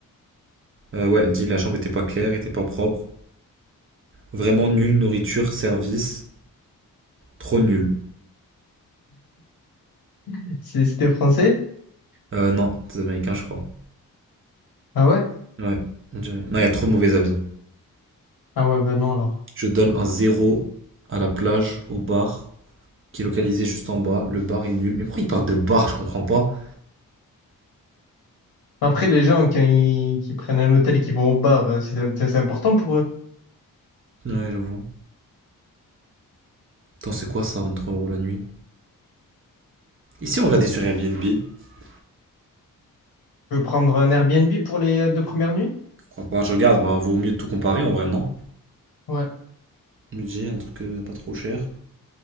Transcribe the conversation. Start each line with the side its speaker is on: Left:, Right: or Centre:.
Right: Euh, ouais, elle dit la chambre était pas claire, était pas propre. Vraiment nulle nourriture, service, trop nul.
Left: <laughs> C'est- C'était français?
Right: Euh, non, c'est américain, je crois.
Left: Ah ouais?
Right: Ouais, on dirait. Non, il y a trop de mauvais avis.
Left: Ah ouais, ben non, alors.
Right: Je donne un zéro à la plage, au bar, qui est localisé juste en bas. Le bar est nul. Mais pourquoi ils partent de bar Je comprends pas.
Left: Après, les gens quand ils- qui prennent un hôtel et qui vont au bar, euh, c'est c'est- c'est important pour eux.
Right: Ouais, j'avoue. Attends, c'est quoi ça, 23 euros la nuit Et si on regardait sur Airbnb Je
Left: Je veux prendre un Airbnb pour les euh, deux premières nuits?
Right: crois pas. Je regarde, bah, vaut mieux tout comparer en vrai, non
Left: Ouais.
Right: Budget, un truc euh, pas trop cher.